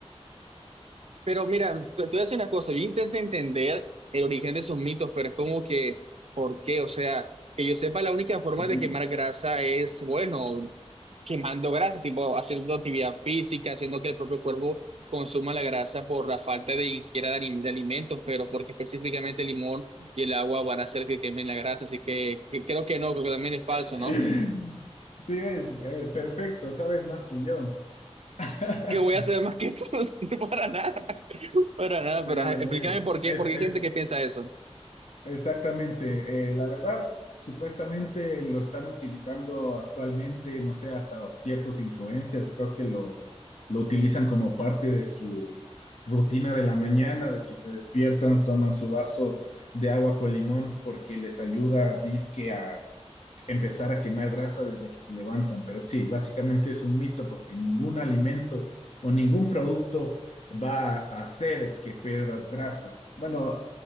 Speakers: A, on the right; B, on the left.
A: Pero mira, te, te voy a decir una cosa, yo intento entender el origen de esos mitos, pero es como que, ¿por qué? O sea, que yo sepa, la única forma
B: <clears throat>
A: de quemar grasa es, bueno, quemando grasa, tipo haciendo actividad física, haciendo que el propio cuerpo consuma la grasa por la falta de ingesta de, ali- de alimentos, pero porque específicamente el limón y el agua van a hacer que quemen la grasa, así que, que creo que no, creo que también es falso,
B: <laughs>
A: ¿no?
B: Sí, es eh, perfecto, sabes más que yo. <laughs>
A: ¿Qué voy a hacer más que tú? <laughs> No, para nada, para nada,
B: Sí,
A: pero ajá, explícame
B: muy bien.
A: por qué,
B: Es,
A: porque
B: es
A: hay gente que piensa eso.
B: Exactamente. eh, la verdad, supuestamente lo están utilizando actualmente, no sé, hasta ciertos influencers, creo que lo, lo utilizan como parte de su rutina de la mañana, de que se despiertan, toman su vaso de agua con limón porque les ayuda, dizque, a empezar a quemar grasa desde que se levantan, pero sí, básicamente es un mito porque ningún alimento o ningún producto va a hacer que pierdas grasa. Bueno,